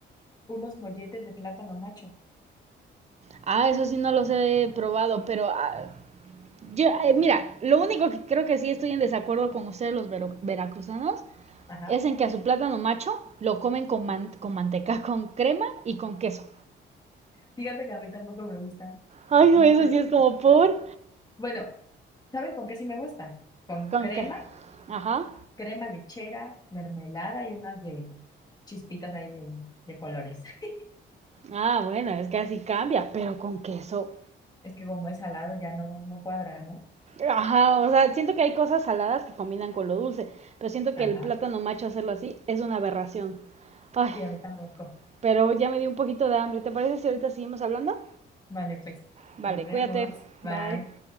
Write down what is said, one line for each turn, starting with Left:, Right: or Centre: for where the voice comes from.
Left: unos molletes de plátano macho.
Right: Ah, eso sí no los he probado, pero ah, Yo, eh, mira, lo único que creo que sí estoy en desacuerdo con ustedes los vero- veracruzanos
Left: Ajá.
Right: es en que a su plátano macho lo comen con, man- con manteca, con crema y con queso.
Left: Fíjate que a mí tampoco me gustan.
Right: Ay, no,
Left: No
Right: eso
Left: sé.
Right: sí es como por...
Left: Bueno, ¿sabes con qué sí me gustan? Con
Right: ¿Con
Left: crema,
Right: qué? Ajá.
Left: crema lechera, mermelada y unas de chispitas ahí de, de colores. <laughs>
Right: Ah, bueno, es que así cambia, pero con queso.
Left: Es que como es salado ya no, no cuadra, ¿no?
Right: Ajá, o sea, siento que hay cosas saladas que combinan con lo dulce, pero siento
Left: Ajá.
Right: que el plátano macho hacerlo así es una aberración. Ay,
Left: Sí, a mí tampoco.
Right: pero ya me dio un poquito de hambre. ¿Te parece si ahorita seguimos hablando?
Left: Vale, pues.
Right: Vale,
Left: Nos vemos.
Right: cuídate.
Left: Bye.
Right: Bye.